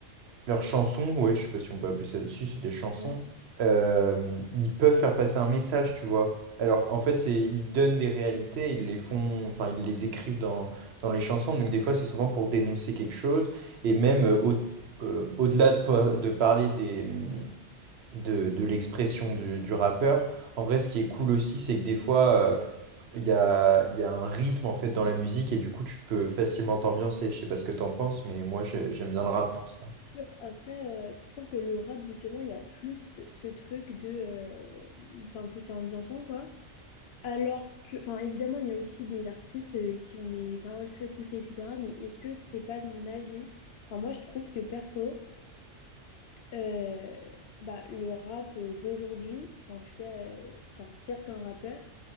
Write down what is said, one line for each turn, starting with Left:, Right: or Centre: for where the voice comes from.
Right: Leurs chansons, ouais, je sais pas si on peut appeler ça. Si, c'est des chansons.
Left: Ouais.
Right: Euh, ils peuvent faire passer un message, tu vois. Alors qu'en fait, c'est ils donnent des réalités, ils les font, enfin, ils les écrivent dans, dans les chansons. Donc des fois, c'est souvent pour dénoncer quelque chose. Et même euh, au, euh, au-delà de, pa- de parler des, hum, de, de l'expression du, du rappeur, en vrai, ce qui est cool aussi, c'est que des fois, euh, il y a, il y a un rythme en fait dans la musique et du coup, tu peux facilement t'ambiancer. Je sais pas ce que t'en penses, mais moi, j'ai- j'aime bien le rap pour ça.
Left: Sûr. Après, euh, je trouve que le rap, justement, il y a plus ce, ce truc de... euh, Enfin, que c'est ambiançant, quoi. Alors que... Enfin, évidemment, il y a aussi des artistes euh, qui ont des paroles très poussées, etc. Mais est-ce que t'es pas de mon avis? Enfin, moi, je trouve que, perso... euh, bah, le rap euh, d'aujourd'hui, enfin en tout cas, euh, enfin, certains rappeurs,